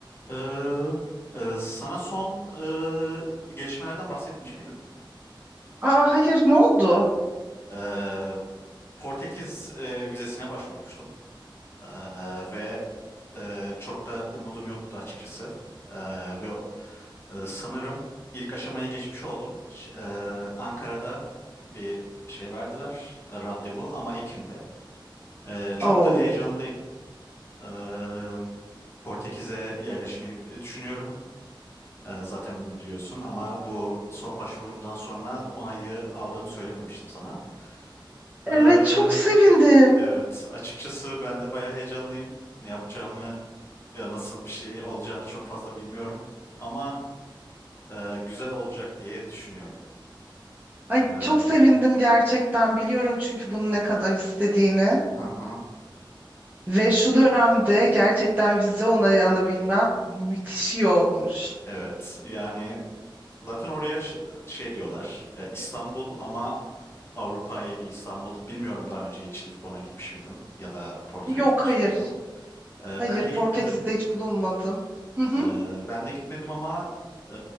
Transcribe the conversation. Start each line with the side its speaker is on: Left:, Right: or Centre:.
Left: Ee, e, sana son e, gelişmelerden bahsetmiş miydim?
Right: Aa hayır ne oldu?
Left: Ee, Portekiz e, vizesine başvurmuştum Ee, ve e, çok da umudum yoktu açıkçası. Ee, ve e, sanırım ilk aşamayı geçmiş oldum. Ş- e, Ankara'da bir şey verdiler, e, randevu ama Ekim'de. Ee, çok
Right: Oh
Left: da heyecanlıyım. Ee, Portekiz'e yerleşmeyi düşünüyorum. Ee, zaten bunu biliyorsun ama bu son başvurumdan sonra onayı aldığımı söylememiştim sana.
Right: Evet
Left: Ee,
Right: çok sevindim.
Left: evet, açıkçası ben de bayağı heyecanlıyım. Ne yapacağımı, ya nasıl bir şey olacağını çok fazla bilmiyorum. Ama e, güzel olacak diye düşünüyorum.
Right: Ay
Left: Ee, hı
Right: çok sevindim gerçekten biliyorum çünkü bunu ne kadar istediğini.
Left: hı,
Right: Ve şu dönemde gerçekten vize onayı alabilmen müthiş iyi olmuş.
Left: evet, yani zaten oraya ş- şey diyorlar, ya İstanbul ama Avrupa'yı bir İstanbul. Bilmiyorum daha önce hiç Lizbon'a gitmiş miydin ya da Porto'ya
Right: Yok
Left: gitmiş
Right: hayır.
Left: miydin? Ee,
Right: Hayır
Left: ben de
Right: Portekiz'de
Left: gitmedim.
Right: hiç bulunmadım. Hı hı.
Left: Ee, ben de gitmedim ama e,